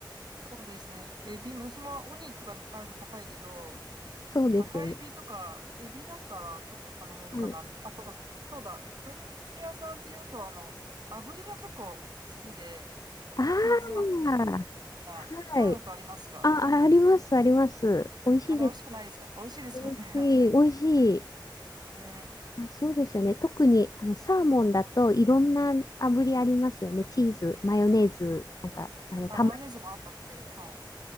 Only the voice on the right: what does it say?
そうですね、エビ、私もウニとかなると高いけど、
赤エビとか、エビだったらちょっと頼めるかな、
みたいな。あと、そうだ、回転寿司屋さんっていうと、あの、炙りが結構好きで、
チーズ炙り的な、
食べたことありますか
あれ美味しくないですか美味しいですよね、
<laughs> あれ。
ね。
あ、マヨネーズもあったっけはい。